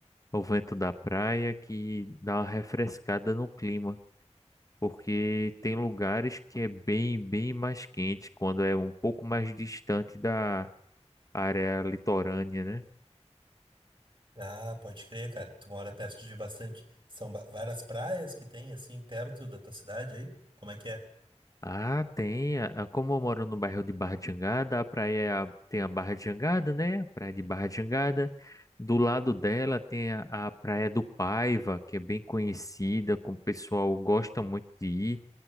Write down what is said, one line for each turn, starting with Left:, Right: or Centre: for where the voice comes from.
Left: o vento da praia que dá uma refrescada no clima, porque tem lugares que é bem, bem mais quente quando é um pouco mais distante da área litorânea, né?
Right: Ah, pode crer, cara. Tu mora perto de bastante. São ba- várias praias que tem, assim, perto da tua cidade aí? Como é que é?
Left: Ah, tem. a- a- Como eu moro no bairro de Barra de Jangada, a praia tem a Barra de Jangada, né? A praia de Barra de Jangada. Do lado dela tem a, a Praia do Paiva, que é bem conhecida, que o pessoal gosta muito de ir,